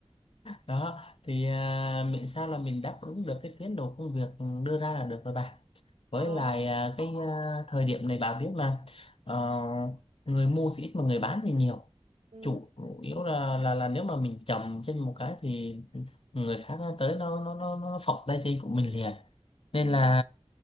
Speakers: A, on the left; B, on the right.
A: đó thì à, miễn sao là mình đáp ứng được cái tiến độ công việc đưa ra là được rồi bạn với
B: Ồ.
A: lại à, cái à, thời điểm này bà biết là ờ, người mua thì ít mà người bán thì nhiều
B: Ừ.
A: chủ yếu là là là nếu mà mình chậm trên một cái thì người khác nó tới nó nó nó nó phọc tay trên của mình liền nên
B: Ừ.
A: là